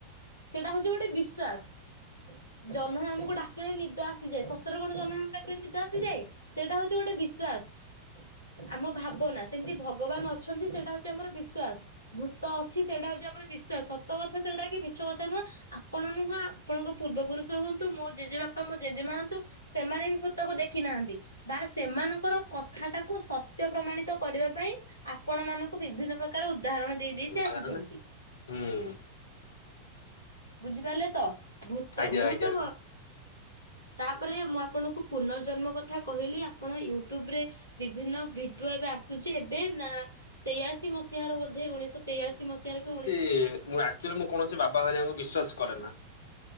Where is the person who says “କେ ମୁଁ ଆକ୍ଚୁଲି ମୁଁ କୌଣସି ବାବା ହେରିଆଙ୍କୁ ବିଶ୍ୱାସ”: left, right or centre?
Left